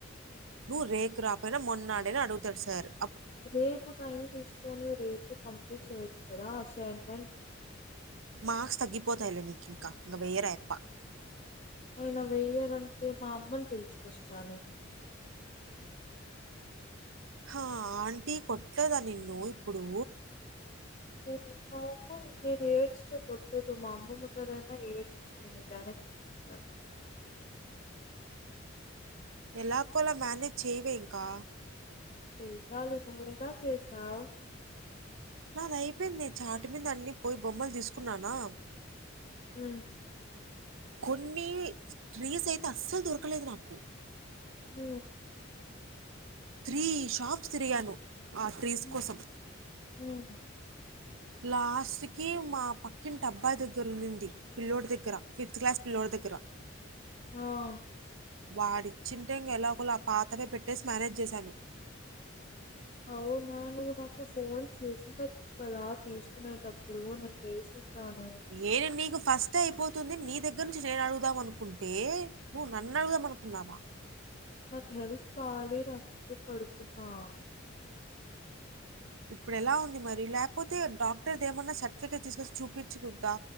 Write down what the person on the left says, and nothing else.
రేపు టైం తీసుకొనీ రేపు కంప్లీట్ చేయొచ్చు కదా అసైన్మెంట్
ఆయన వెయ్యడంటే మా అమ్మని పిలుచుకొస్తాను
ఏ నేన్ కాక నేను ఏడిస్తే కొట్టదు మా అమ్మమ్మ ముందరేనా ఏడ్చి నేను ఈ ప్లానే చూసుకుంటాను
చెయ్యాలి నువ్వు ఇలా చేసావ్
మ్
ఊ
హ్మ్.
హ్మ్.
ఆ
అవున నువు నాకు ఫోన్ చేసిండచ్చు కదా తీసుకునేటప్పుడు నేనేసు రానా
నాకు హెల్త్ బాలేదు అందుకే పడుకున్నా